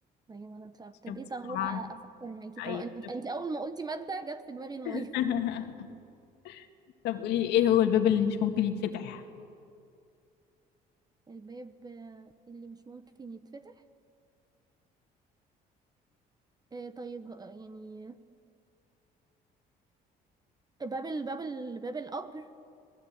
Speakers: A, on the right; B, on the left.
A: طيب انا ابتديت
B: شفتي
A: اهو
B: طبعا
A: افكر معاكي
B: ايوه
A: طب انت
B: شفتي
A: انت اول ما قلتي ماده جت في دماغي الميه
B: <laughs> طب قولي لي ايه هو الباب اللي مش ممكن يتفتح
A: الباب آه، اللي مش ممكن يتفتح آه، طيب آه، يعني باب ال- باب ال- باب القبر